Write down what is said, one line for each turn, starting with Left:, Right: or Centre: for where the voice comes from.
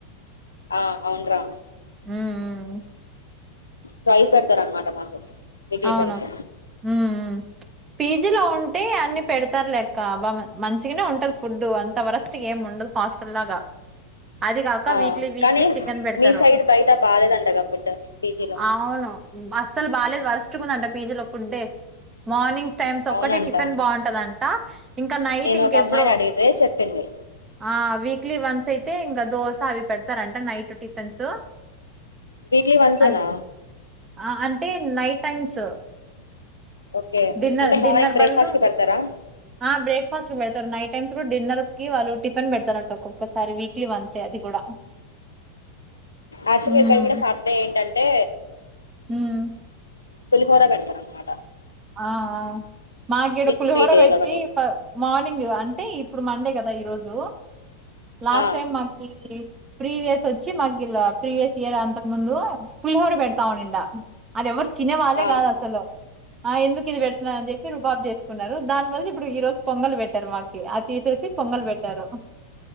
Left: ఆ అవున్రా
Right: ఉ ఊ
Left: ట్వైస్ పెడతారనమాట మాకు వీక్లీ
Right: అవును
Left: ట్వైస్
Right: హుమ్ హు పీజిలో ఉంటే అన్ని పెడతారు లేక్క అ మంచిగానే ఉంటది ఫుడ్ అంత వరేస్ట్ ఏం ఉండదు హాస్టల్ లాగా అది కాక
Left: ఆ
Right: వీక్లీ వీక్లీ
Left: కానీ
Right: చికెన్ పెడతారు
Left: మీ సైడ్ బయట బాలేదంటగా ఫుడ్ పీజీలో
Right: అవును బా ఆసలు బాలేదు వరెస్ట్ దంట పీజీ లో ఫుడ్డే మార్నింగ్స్ టైమ్స్ ఒక్కటే
Left: అవునంట
Right: టిఫిన్ బావుంటది అంట ఇంకా నైట్
Left: నేను
Right: ఇంకా
Left: ఒక
Right: ఎప్పుడో
Left: అమ్మాయిని అడిగితే చెప్పింది
Right: ఆ వీక్లీ వన్స్ అయితే ఇంకా దోస అవి పెడతారంట నైట్ టిఫిన్స్
Left: వీక్లీ వన్సేనా
Right: అన్ ఆ అంటే నైట్ టైమ్స్
Left: ఓకే
Right: డిన్నర్
Left: అంటే
Right: డిన్నర్
Left: మార్నింగ్ బ్రేక్ఫాస్ట్
Right: బదులు
Left: కి పెడతారా
Right: ఆ బ్రేక్ఫాస్ట్ పెడతరు నైట్ టైమ్స్ లొ డిన్నర్ కి వాళ్ళు టిఫిన్ పెడతారంట ఒక్కొక్కసారి వీక్లీ వన్సే అది కూడా
Left: ఆక్టుఅలీ
Right: హ్మ్.
Left: ఇక్కడ గూడ సాటర్డే ఏంటంటే అంటే
Right: హ్మ్.
Left: పులిహోరా పెడతారు అన్మాట
Right: ఆ ఆ మాకు ఈడ
Left: విత్
Right: పులిహోర
Left: స్వీట్ ఏదో
Right: పెట్టి
Left: ఒకటి
Right: మార్నింగ్ అంటే ఇప్పుడు మండే కదా ఈరోజు లాస్ట్
Left: ఆ
Right: టైమ్ మాకి ప్రీవియస్ వచ్చి మాకు ప్రీవియస్ ఇయర్ అంతకు ముందు పులిహోర పెడతా ఉనిండా అది ఎవరు తినే వాళ్ళే
Left: ఆ
Right: కాదు అసలు ఎందుకు ఇది పెడుతున్నారూ అని చెప్పి రుబాబ్ చేసుకున్నారు దాని బదులు ఇప్పుడు ఈ రోజు పొంగల్ పెట్టారు మా అది తీసేసి పొంగల్ పెట్టారు